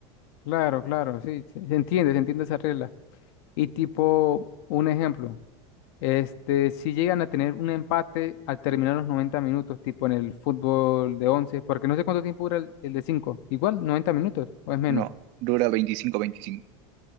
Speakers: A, on the left; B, on the right.
A: Claro, claro, sí, se se entiende, se entiende esa regla. Y tipo, un ejemplo. Este, si llegan a tener un empate al terminar los 90 minutos, tipo en el fútbol de once porque no sé cuánto tiempo dura el, el de cinco igual 90 minutos o es menos,
B: No, dura veinticinco veinticinco